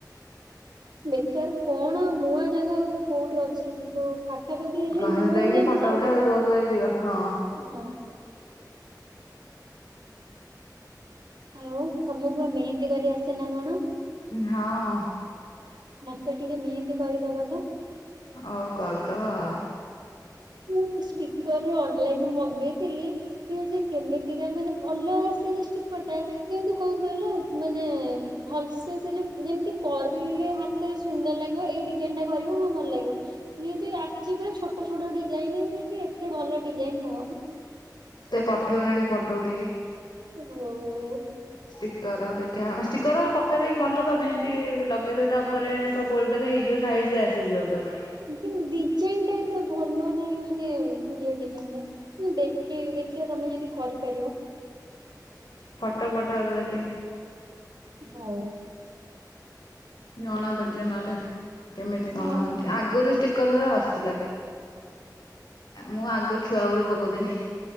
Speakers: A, on the right (about 80°); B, on the left (about 80°).
A: ବେକାର କଣ ନୂଆ ଜାଗା ଆଉ କୋଉଠି ଅଛି ଯିବୁ। ପାଖା ପାଖି ହେଲେ
B: ଘରେ
A: ଦୁରକୁତ
B: ରହିକି
A: ଏବେ
B: ଫଟୋ
A: ଯାଇହବନି
B: ଉଠା ଆଉ କୁଆଡେ କୁଆଡେ ଯିବା ହଁ
A: ହଁ। ଆଉ ତମକୁ ବା ମେହେନ୍ଦୀ କରି ଆସେ ନା କଣ।
B: ହଁ।
A: ମତେ ଟିକେ ମେହେନ୍ଦୀ କରିଦବ ତ।
B: ହଉ କରିଦବା ଆଉ।
A: ମୁଁ ସ୍ପିକର ରୁ ଅନଲାଇନ୍ ରୁ ମଗେଇଥିଲି। ସିଏ ଯେ କେମିତିକା ମାନେ ଭଲ ଆସିନି ଷ୍ଟିକର ଟା କିନ୍ତୁ କଣ କହିଲ ମାନେ ଭଲସେ ସେ ଯୋଉ ଯେମିତି କରିଲେ ହାତରେ ସୁନ୍ଦର ଲାଗିବ ଏଇଠି ଯେନ୍ଟା କରିବୁ ମଁ ଭଲ ଲାଗିବ ସିଏ ଯେ ଆସିିଚୁ ପୁରା ଛୋଟ ଛୋଟ ଡି ଡିଜାଇନ ସିଏ ବି ଏତେ ଭଲ ଡିଜାଇନ ନୁହଁ।
B: ଟିକେ ପଠେଇବୁନା ଟିକେ ଫୋଟୋ ଉଠେଇକି।
A: ହଉ ହଉ।
B: ଷ୍ଟିକର ଦେଖିବା ଷ୍ଟିକର ପକେଇ ଦେଇକି ଭଲ ତ ମେହେନ୍ଦି ଲଗେଇଦବ ତା ଉପରେ ସବୁ ବଳେ ଦେଲେ ହେଇଯିବ ସାଇଜ ରେ ଆସିଯିବ ତାପରେ।
A: ଲେକନ ଡିଜାଇନ ଟା ଏତେ ଭଲ ନାହିଁ ମାନେ ଇଏ ଡିଜାଇନ ଟା। ମୁଁ ଦେଖି ଦେଖିବା ତମେ ଯଦି କରିପାରିବ।
B: ଫଟୋ ପଥାଅ ତ ଦେଖିବା।
A: ହଉ।
B: ଜଣା ପଡିଯିବ ନହେଲେ କେମିତି କଣ
A: ହଁ
B: ଅଛି। ଆଗରୁ ଷ୍ଟିକରଗୁରା ଆସୁଥିଲା ମୁଁ ଆଗରୁ ଛୁଆ ବେଳୁ ପକଉ ଥିନି।